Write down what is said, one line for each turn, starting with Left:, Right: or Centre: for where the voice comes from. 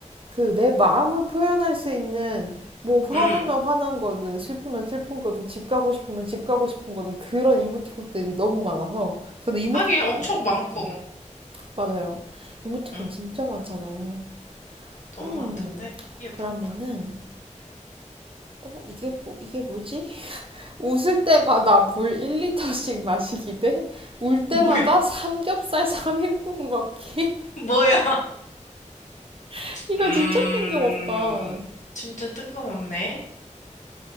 Right: 그 내 마음을 표현할 수 있는 뭐 화나면
Left: 음,
Right: 화난 거든 슬프면 슬픈 거든 집 가고 싶으면 집 가고 싶은 거든 그런 이모티콘들이 너무 많아서 저는 이모티콘으로
Left: 하긴 엄청
Right: 할
Left: 많고,
Right: 것 같아요. 맞아요. 이모티콘
Left: 음,
Right: 진짜 많잖아요.
Left: 너무
Right: 음,
Left: 많던데? 예쁘고
Right: 그러면은,
Left: 많다.
Right: 어, 이게 뭐, 이게 뭐지? 웃을 때마다 물 1리터씩 마시기 대, 울 때마다
Left: 뭐야? <laughs>
Right: 삼겹살 3인분 먹기.
Left: 뭐야?
Right: <laughs> 이거
Left: 음,
Right: 진짜 뜬금없다.
Left: 진짜 뜬금없네.